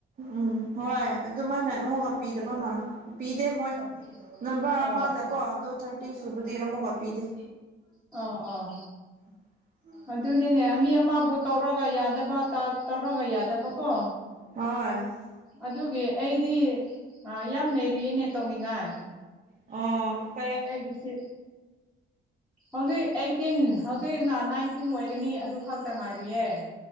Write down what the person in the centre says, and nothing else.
ꯑꯣ
ꯑꯣ
ꯑ ꯑꯥ
ꯑꯗꯨꯅꯤꯅꯦ ꯃꯤ ꯑꯃꯕꯨ ꯇꯧꯔꯒ ꯌꯥꯗꯕ ꯇꯧꯔꯒ ꯌꯥꯗꯕꯀꯣ
ꯑꯗꯨꯒꯤ ꯑꯩꯗꯤ ꯌꯥꯝ ꯂꯩꯔꯤꯌꯦꯅꯦ ꯇꯧꯅꯤꯡꯉꯥꯏ꯫
ꯑꯩꯒꯤꯁꯤ ꯍꯧꯖꯤꯛ ꯑꯩꯇꯤꯟ ꯍꯧꯖꯤꯛꯅ ꯅꯥꯏꯟ ꯇꯤꯟ ꯑꯣꯏꯒꯅꯤ ꯑꯗꯨ ꯈꯛꯇ ꯉꯥꯏꯔꯤꯑꯦ